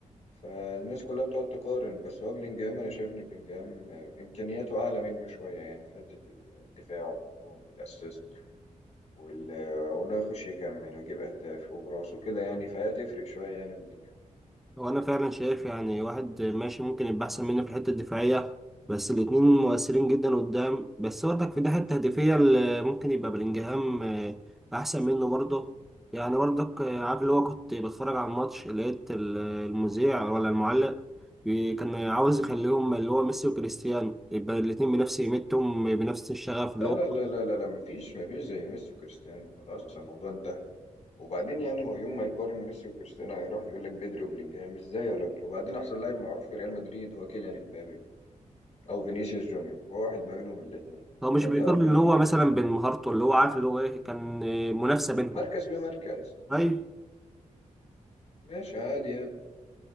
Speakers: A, on the left (about 60°); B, in the centre.
A: فالناس كلها بتقعد تقارن بس هو بلينجهام انا شايف ان بلينجهام آه، امكانياته اعلى منه شويه يعني في حته الدفاع والهجوم والاسيست وال- وإنه يخش يكمل ويجيب أهداف وبراسه كده يعني فهي تفرق شوية يعني من بلينجهام
B: هو انا فعلا شايف يعني واحد ماشي ممكن يبقى احسن مني في الحته الدفاعيه بس الاتنين مؤثرين جدا قدام بس برضك في الناحيه التهديفيه اللي ممكن يبقى بلينجهام آه، احسن منه برضه يعني برضك آه، عارف اللي هو كنت بتفرج على الماتش لقيت ال- المذيع ولا المعلق بي- كان عاوز يخليهم اللي هو ميسي وكريستيانو يبقى الاتنين بنفس قيمتهم بنفس الشغف اللي
A: لا
B: هو
A: لا لا لا لا لا مفيش مفيش زي ميسي وكريستيانو خلاص الموضوع انتهى وبعدين يعني هو يوم ما يقارن ميسي وكريستيانو هيروح يقول لك بدري وبلينجهام ازاي يا راجل وبعدين أحسن لاعب معروف في ريال مدريد هو كيليان امبابي أو فينيسيوس جونيور هو واحد ما بينهم الاتنين
B: هو
A: يبقى
B: مش
A: أنت
B: بيقارن
A: يا عم
B: اللي هو مثلا بين مهارته اللي هو عارف اللي هو ايه كان آه، منافسه بينهم
A: مركز بمركز
B: أيوة.
A: ماشي عادي يعني